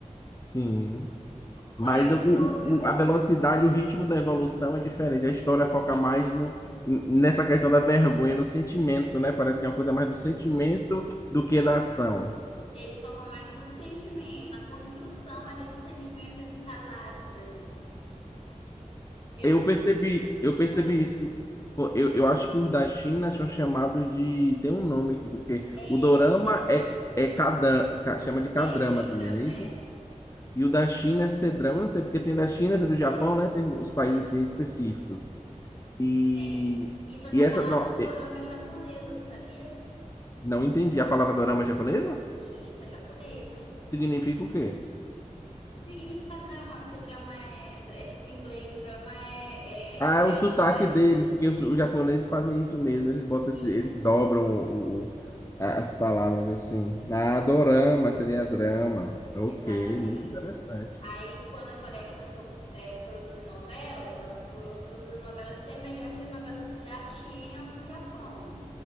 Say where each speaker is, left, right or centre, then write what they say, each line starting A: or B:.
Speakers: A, on the left; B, on the left.
A: Sim.
B: Coreia
A: Mas
B: mudou,
A: o, o-
B: viu?
A: o- a velocidade, o ritmo da evolução é diferente. A história foca mais no, em- nessa questão da vergonha, no sentimento, né? Parece que é uma coisa mais do sentimento
B: Isso.
A: do que da ação.
B: Eles focam mais no sentimento, na construção ali do sentimento antes de casar, por exemplo. Eu
A: Eu
B: só
A: percebi, eu percebi
B: fui,
A: isso. Pô, Eu, eu acho que os da China são chamados de. Tem um nome, porque
B: é,
A: o dorama
B: acho que
A: é, é K-dra- K- chama de K-drama
B: é K-drama,
A: também, não é isso?
B: é.
A: E o da China é C-drama, eu não sei, porque tem da China, tem do Japão,
B: É,
A: né? Tem os países
B: isso.
A: assim específicos. E,
B: Tem. Isso que
A: e
B: a
A: essa.
B: palavra
A: não,
B: dorama
A: é,
B: é japonesa, tu sabia?
A: Não entendi. A palavra dorama japonesa
B: E Isso é japonesa.
A: significa o quê?
B: Significa drama, porque drama é, é tipo em inglês, drama é,
A: Ah,
B: é teatro,
A: é o sotaque
B: né?
A: deles, porque os, os japoneses fazem isso mesmo. Eles botam esse- eles
B: Isso,
A: dobram o- o- a- as palavras assim. Ah, dorama seria drama. Ok,
B: exatamente.
A: muito interessante.
B: Aí, quando a Coreia começou a produzir novelas, ela pro- produziu novelas semelhantes às novelas que já tinham no Japão.